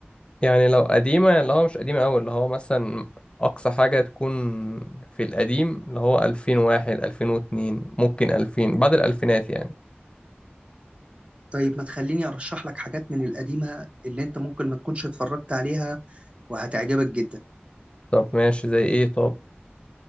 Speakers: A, on the left; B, on the right.
A: يعني لو قديمة اللي هو مش قديمة أوي اللي هو مثلا أقصى حاجة تكون في القديم اللي هو ألفين واحد ألفين واتنين ممكن ألفين بعد الألفينات يعني
B: طيب ما تخليني أرشح لك حاجات من القديمة اللي أنت ممكن ما تكونش اتفرجت عليها وهتعجبك جدا.
A: طب ماشي زي إيه طب